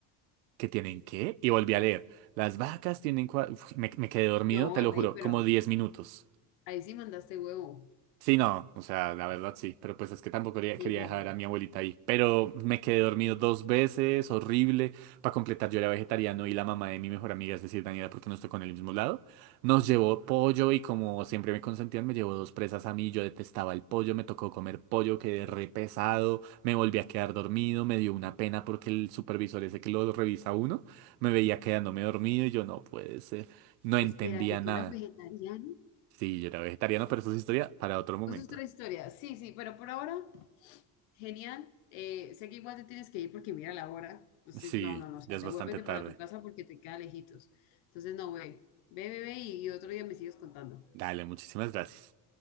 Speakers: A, on the right (about 85°); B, on the left (about 75°).
A: ¿Qué tienen qué? Y volví a leer. Las vacas tienen cuatro... Me, me quedé dormido,
B: No,
A: te lo
B: rey,
A: juro,
B: pero
A: como 10 minutos.
B: ahí sí mandaste huevo.
A: Sí, no, o sea, la verdad sí, pero pues es que tampoco quería,
B: Ni
A: quería
B: modo.
A: dejar a mi abuelita ahí, pero me quedé dormido dos veces, horrible, para completar yo era vegetariano y la mamá de mi mejor amiga, es decir, Daniela, porque nos tocó en el mismo lado, nos llevó pollo y como siempre me consentían, me llevó dos presas a mí, yo detestaba el pollo, me tocó comer pollo, quedé re pesado, me volví a quedar dormido, me dio una pena porque el supervisor ese que lo revisa uno, me veía quedándome dormido y yo no puede ser, no entendía
B: Espérate, ¿tú
A: nada.
B: eras vegetariano?
A: Sí, yo era vegetariano, pero eso es historia para otro momento.
B: Eso es otra historia. Sí, sí, pero por ahora Genial. Eh, sé que igual te tienes que ir porque mira la hora. Entonces,
A: Sí,
B: no, no, no. O sea,
A: ya es
B: devuélvete
A: bastante tarde.
B: para tu casa porque te queda lejitos. Entonces, no, ve. Ve, ve, ve y otro día me sigues contando.
A: Dale, muchísimas gracias.